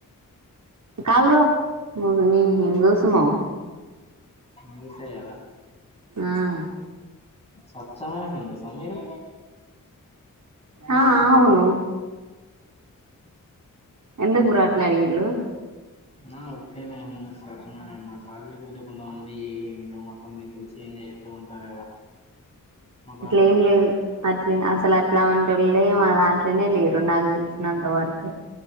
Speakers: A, on the right; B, on the left.
A: కాదు బ్రో మేము హిందూస్ము
B: మూసేగదా
A: ఆ
B: స్వచ్ఛమైన న్యూస్ పన్నీరు
A: ఆ అవును ఎందుకూర ఆట్లా అడిగిళ్లు
B: ఉన్నా ఒక్కనే ఉన్న <unintelligible> నిన్ మొతం. నీ <unintelligible> లేద్ తూ ఉంటాయ్ కదా మతాలు
A: అట్లే ఏం లేదు అట్లే అసలు అట్లంటోళ్లేే మా దాంట్ల నే లేరు నాగదీసినంతవరకు